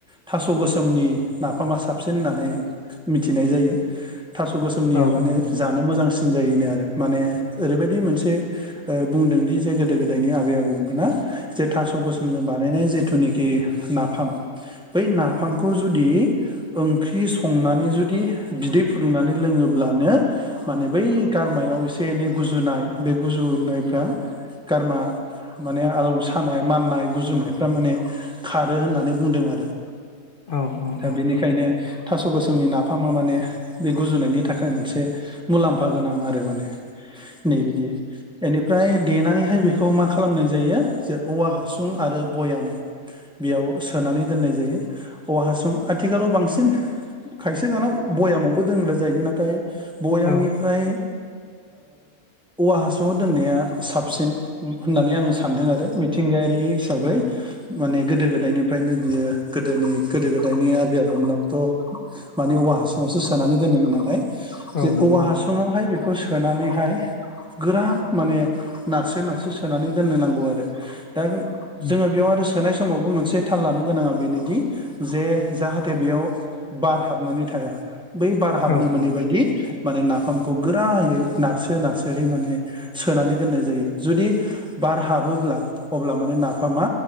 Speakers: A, in the centre; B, on the left (about 55°).
A: थास' गोसोमनि नाफामा साबसिन होननानै मिथिनाय जायो थास' गोसोमनिया
B: औ
A: माने
B: औ नंगौ
A: जानो मोजांसिन जायोनो आरो माने ओरैबायदि मोनसे ओ बुंदोंदि जे गोदो गोदायनि आबै आबौमोना जे थास' गसोमजों बानायनाय जिथुनि खि नाफाम बै नाफामखौ जुदि ओंख्रि संनानै जुदि बिदै फुदुंनानै लोङो ब्लानो माने बै गारमायाव एसे एनै गुजुनाय बे गुजुनायफ्रा गारमा माने आलौ सानाय माननाय गुजुनायफ्रा माने खारो होननानै बुंदों आरो रो
B: औ औ औ
A: दा बेनिखायनो थास' गोसोमनि नाफामा माने बे गुजुनायनि एसे मुलाम्फा गोनां आरो माने नै बिदि बेनिफ्राय देनानै हाय बेखौ मा खालामनाय जायो जे औवा हासुं आरो बयाम बेयाव सोनानै दोननाय जायो। औवा हासुं आथिखालाव बांसिन खायसे दाना भयामावबो दोनग्रा जायो ना नाथाय भयामनिफ्रायवओ
B: औ
A: औवा हासुङाव दोननाया साबसिन होननानै आङो सानदों आरो मिथिंगायारियै हिसाबै माने गोदो गोदायनिफ्रायनो बियो गोदोनि गोदो गोदायनि आबै आबौमोनाबोथ' माने औवा हासुङावसो सोनानै दोनोमोन नालाय जे
B: औ नंगौ
A: औवा हासुङावहाय
B: नंगौ
A: बेखौ सोनानैहाय गोरान माने नारसो नारसो सोनानै दोननो नांगौ आरो दा
B: उम
A: जोङो बेयाव आरो सोनाय समावबो मोनसे थाल लानो गोनाङा बेनोदि जे जाहाथे बेयाव बार हाबनानै थायो। बै बार हाबनो
B: औ
A: मोनैबायदि
B: औ नंगौ नोंथां
A: माने ना फामखौ गोरायै नारसो नारसोहै माने सोनानै दोननाय जायो जुदि बार हाब हाबोब्ला अब्ला माने नाफामा